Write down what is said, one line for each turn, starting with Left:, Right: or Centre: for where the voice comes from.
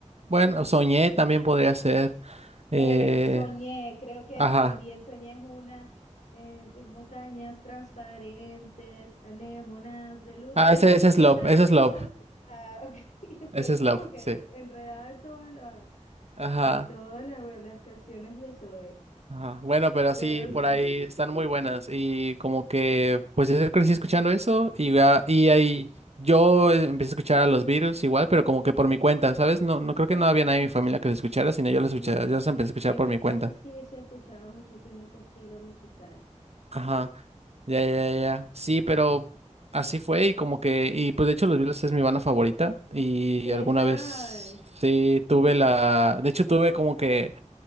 Right: Bueno, Soñé también podría ser. eh,
Left: Eh, soñé, creo que
Right: ajá.
Left: también soñé es una, eh, montañas transparentes, anémonas de luz.
Right: Ah,
Left: Esa
Right: ese,
Left: es,
Right: ese es
Left: esa,
Right: Love, ese
Left: esa
Right: es Love,
Left: es, ah, ok, <laughs> Estoy
Right: ese es
Left: como
Right: Love,
Left: que
Right: sí.
Left: enredada en toda la,
Right: Ajá.
Left: en todas la- bueno, las canciones de Zoe,
Right: Ajá, Bueno, pero
Left: pero
Right: sí,
Left: sí,
Right: por ahí están muy buenas y como que pues yo crecí escuchando eso y, ya- y ahí yo eh, empecé a escuchar a los Beatles igual, pero como que por mi cuenta, ¿sabes? No, no creo que no había nadie en mi familia que los escuchara, sino yo los
Left: no,
Right: escuchaba,
Left: eh,
Right: yo los empecé
Left: eh,
Right: a escuchar
Left: en
Right: por
Left: mi
Right: mi
Left: casa
Right: cuenta.
Left: sí se escuchaba muchísimo ese estilo musical.
Right: Ajá, ya, ya, ya. Sí, pero así fue y como que, y pues de hecho los Beatles es mi banda favorita y
Left: ¿Qué
Right: alguna
Left: tal?
Right: vez sí
Left: <laughs>
Right: tuve la, de hecho tuve como que